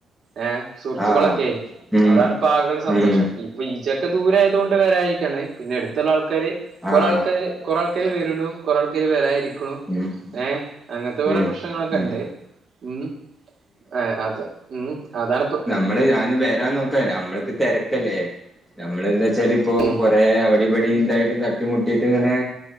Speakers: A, on the right; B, in the centre.
A: ഏഹ് സുഹൃത്തുക്കളൊക്കേയ്
B: ആഹ് ഉം
A: അതാണ്പ്പാകെള്ളൊരു സന്തോഷം
B: ഉം
A: ഇപ്പൊ ഈജ്ജോക്കെ ദൂരായതോണ്ട് <unintelligible> വരാതിരിക്കാണ് പിന്നെ എടുത്തുള്ള ആൾക്കാര് കൊറേ
B: ആഹ്
A: ആൾക്കാര് കൊറേ ആൾ ക്കാര് വര്ണു കൊറേ ആൾക്കാര് വരാതിരിക്ക്‌ണു
B: <unintelligible>
A: ഏഹ് അങ്ങൻത്തെ കൊറേ
B: ഉം
A: പ്രശ്നങ്ങളൊക്കെണ്ട്
B: ഉം
A: ഉം ഏ അത് ഉം അതാണ്പ്പൊ
B: മ്മള് ഞാനും വരാൻ നോക്ക നമ്മൾക്ക് തെരക്കല്ലേ നമ്മളെന്താച്ചാല് പ്പൊ
A: ഉം
B: കൊറേ അവിടിവടിണ്ടായിട്ട് തട്ടിമുട്ടിയിട്ട്ങ്ങനെ